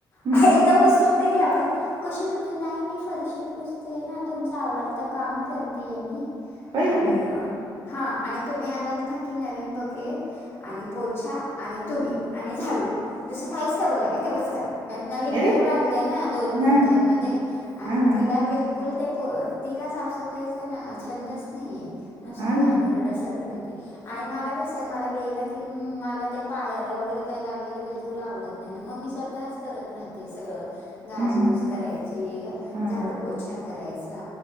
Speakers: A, on the right (about 65°); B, on the left (about 30°).
A: हम्म
B: <unintelligible> एकदम उत्सुकते आपण कशी? म्हणते नाही मी फर- ही पुसतीय ना तुमच आवडत काम करतेय मी?
A: पाहिलं
B: आणि
A: का
B: हा आणि तुम्ही आलात ना की नवीन ब- केट आणि पोछा आणि तुम्ही. आणि झाडू दुसरं काहीच करू नका तेवढंच करा नवीन
A: अरे
B: घर बांधलं आहे ना दोन
A: हा
B: गुंठ्यामध्ये आणि
A: हा हा
B: तिला बिलकु कुल ते तिला साफसफाईचा छंदच नाहीये.
A: हा
B: ते
A: ना
B: घाणारडे सारखं राह आणि मला कसं गेल की मला ते आणि मला कसं पायाला वगैरे काय लागलेलं बिलकुल आवडत नाही ना मग मी स्वतःच करत राहते सगळं. घासगूस
A: हा हा
B: करायची
A: हा
B: झाडू पोछा करायचा.